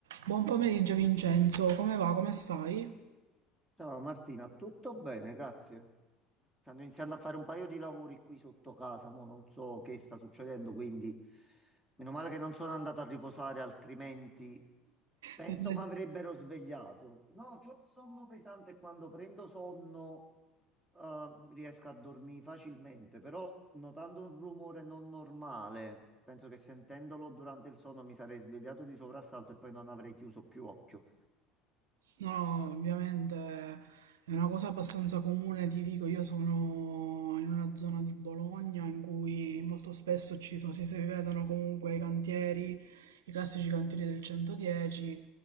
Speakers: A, on the right; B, in the centre.
A: Buon pomeriggio Vincenzo, come va? Come stai?
B: Ciao Martina, tutto bene, grazie. Stanno iniziando a fare un paio di lavori qui sotto casa, mo non so che sta succedendo, quindi meno male che non sono andato a riposare, altrimenti penso
A: Ti sei-
B: mi avrebbero svegliato. No, c'ho il sonno pesante e quando prendo sonno eh, riesco a dormire facilmente, però notando un rumore non normale, penso che sentendolo durante il sonno mi sarei svegliato di soprassalto e poi non avrei chiuso più occhio.
A: No, no, ovviamente è una cosa abbastanza comune, ti dico, io sono in una zona di Bologna in cui molto spesso ci sono, si si vedono comunque i cantieri, i classici cantieri del 110